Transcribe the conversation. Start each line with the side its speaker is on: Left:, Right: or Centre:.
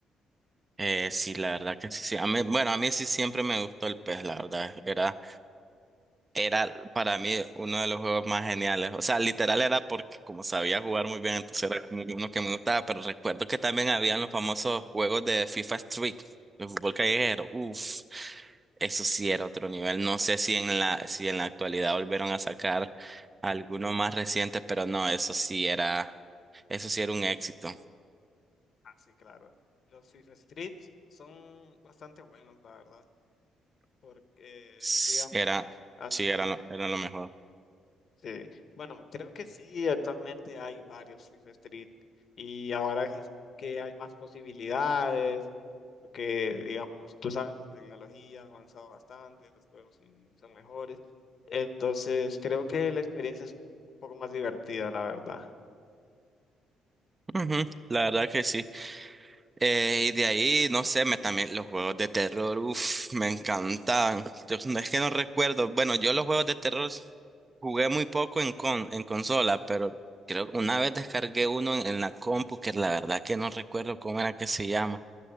Right: Eh, sí, la verdad que sí, sí. A mí, bueno, a mí sí siempre me gustó el pez, la verdad. Era, era para mí uno de los juegos más geniales. O sea, literal era porque como sabía jugar muy bien, entonces era como que uno que me gustaba. Pero recuerdo que también habían los famosos juegos de FIFA Street, de fútbol callejero. Uf, eso sí era otro nivel. No sé si en la, si en la actualidad volvieron a sacar alguno más reciente, pero no, eso sí era, eso sí era un éxito.
Left: Ah, sí, claro. Los FIFA Streets son bastante buenos, la verdad, porque,
Right: S-
Left: digamos,
Right: Era,
Left: así,
Right: sí, era lo, era lo mejor.
Left: sí. Bueno, creo que sí, actualmente hay varios FIFA Street y ahora es que hay más posibilidades porque digamos, tú sabes, la tecnología ha avanzado bastante, los juegos son, son mejores. Entonces, creo que la experiencia es un, un poco más divertida, la verdad.
Right: Ujú, La verdad que sí. Eh, y de ahí, no sé, me, también los juegos de terror, uff, me encantaban. Yo, no es que no recuerdo. Bueno, yo los juegos de terror jugué muy poco en, con, en consola, pero creo que una vez descargué uno en, en la compu, que la verdad que no recuerdo cómo era que se llama.